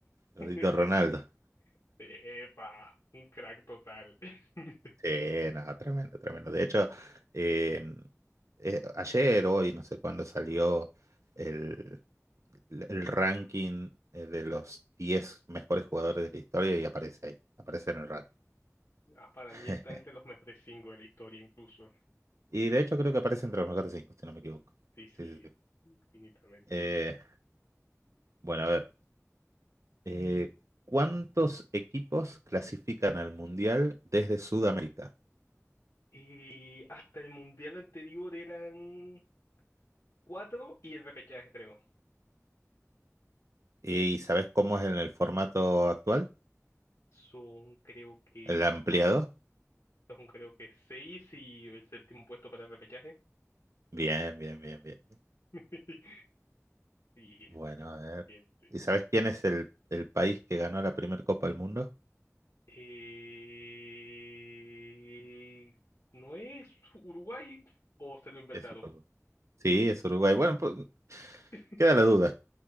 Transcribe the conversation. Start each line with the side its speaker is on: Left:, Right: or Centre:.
Right: el
Left: <laughs>
Right: gordito Ronaldo.
Left: Epa, un crack total. <laughs>
Right: Sí, no, tremendo, tremendo. De hecho, eh, eh, ayer, hoy, no sé cuándo salió el, el ranking eh, de los 10 mejores jugadores de la historia y aparece ahí, aparece en el ranking.
Left: Ah, para
Right: <laughs>
Left: mí está entre los mejores cinco de la historia incluso.
Right: Y de hecho creo que aparece entre los mejores cinco, si no me equivoco.
Left: Sí, sí,
Right: Sí, sí, sí.
Left: infinitamente.
Right: Eh, bueno, a ver. eh, ¿cuántos equipos clasifican al Mundial desde Sudamérica?
Left: Y hasta el mundial anterior eran cuatro y el repechaje creo.
Right: ¿Y sabes cómo es en el formato actual?
Left: Son creo que
Right: ¿El ampliado?
Left: Son creo que seis y el séptimo puesto para el repechaje.
Right: Bien, bien, bien, bien.
Left: <laughs> Y esto.
Right: Bueno, a ver.
Left: gente.
Right: ¿Y sabes quién es el, el país que ganó la primera Copa del Mundo?
Left: Eh, ¿no es Uruguay o se lo inventaron?
Right: Es Uruguay. Sí, es Uruguay. Bueno, pues,
Left: <laughs>
Right: Queda la duda.